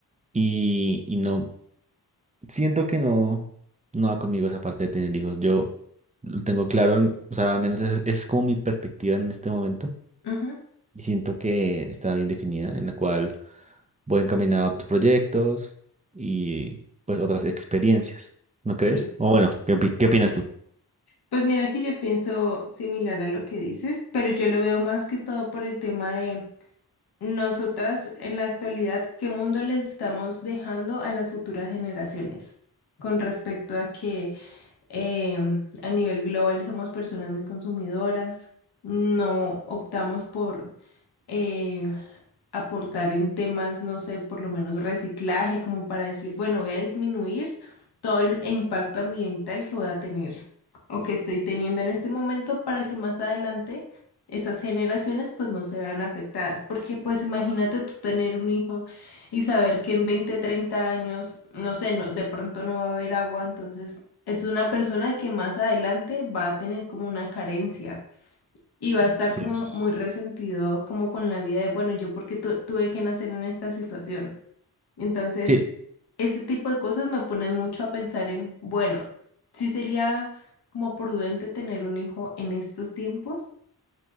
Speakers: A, on the right (about 20°); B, on the left (about 75°).
A: y, y no, siento que no, no va conmigo esa parte de tener hijos, yo lo tengo claro, en- o sea, al menos esa esa es como mi perspectiva en este momento
B: ujú,
A: y siento que está bien definida, en la cual voy encaminado a otros proyectos y pues otras experiencias, ¿no crees?
B: sí.
A: O bueno, ¿qué, opi- qué opinas tú?
B: Pues mira que yo pienso similar a lo que dices, pero yo lo veo más que todo por el tema de nosotras en la actualidad, qué mundo le estamos dejando a las futuras generaciones con respecto a que eh, a nivel global somos personas muy consumidoras, no optamos por eh, aportar en temas, no sé, por lo menos reciclaje, como para decir, bueno, voy a disminuir todo el impacto ambiental que voy a tener o que estoy teniendo en este momento para que más adelante esas generaciones pues no se vean afectadas. Porque pues imagínate tú tener un hijo y saber que en 20 30 años, no sé, no, de pronto no va a haber agua, entonces es una persona que más adelante va a tener como una carencia. Y va a estar
A: sí
B: como
A: es.
B: muy resentido, como con la vida de, bueno, yo porque tuve que nacer en esta situación. Entonces,
A: Sí,
B: ese tipo de cosas me ponen mucho a pensar en, bueno, si sería como prudente tener un hijo en estos tiempos?